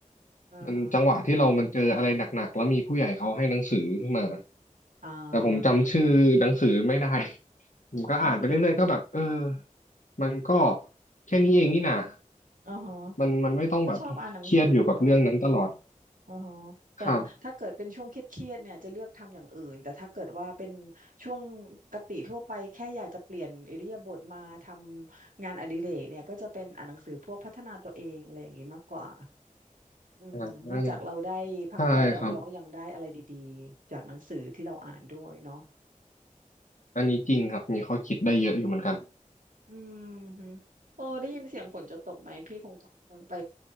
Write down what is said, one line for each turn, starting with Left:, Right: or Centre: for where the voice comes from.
Right: อ่าฮะ
Left: มันจังหวะที่เรามันเจออะไรหนักๆแล้วมีผู้ใหญ่เขาให้หนังสือขึ้นมา
Right: อ่า
Left: แต่ผมจำชื่อหนังสือไม่ได้
Right: ฮะ
Left: <laughs> ผมก็อ่านไปเรื่อยๆก็แบบเออ
Right: อืม
Left: มันก็แค่นี้เองนี่นะ
Right: อ่าฮะ
Left: มันมันไม่ต้องแบบเครียดอยู่กับเรื่องนั้นตลอด
Right: ก็ชอบอ่านหนังสือเหมือนกันอ่าฮะแต่ถ้าเกิดเป็นช่วงเครียดๆเนี่ยจะเลือกทำอย่างอื่นแต่ถ้าเกิดว่าเป็น
Left: ครับ
Right: ช่วงปกติทั่วไปแค่อยากจะเปลี่ยนอิริยาบถมาทำงานอดิเรกเนี่ยก็จะเป็นอ่านหนังสือพวกพัฒนาตัวเองอะไรอย่างนี้มากกว่าอืมนอกจากเราได้พักผ่อนแล้วเราก็ยังได้อะไรดีๆจากหนังสือที่เราอ่านด้วยเนาะ
Left: อ่าใช่ครับอันนี้จริงครับมีข้อคิดได้เยอะอยู่เหมือนกัน
Right: อืมฮึโอ้ได้ยินเสียงฝนจะตกไหมพี่คงต้องไป